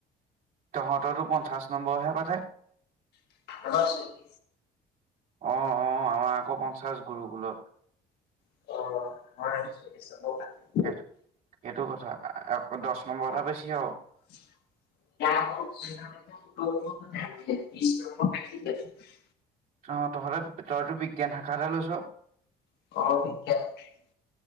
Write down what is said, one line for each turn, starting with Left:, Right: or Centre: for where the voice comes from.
Right: তহঁতৰতো পঞ্চাছ নম্বৰহে পাতে।
Left: <unintelligible>
Right: অ অ আমাৰ আকৌ পঞ্চাশ গুৰু বুলত
Left: <unintelligible>
Right: সেইটো সেইটো কথা দহ নম্বৰ এটা বেছি হওক আৰু
Left: <unintelligible>
Right: অ তহঁতে তইতো বিজ্ঞান শাখাতে লৈছ।
Left: <unintelligible>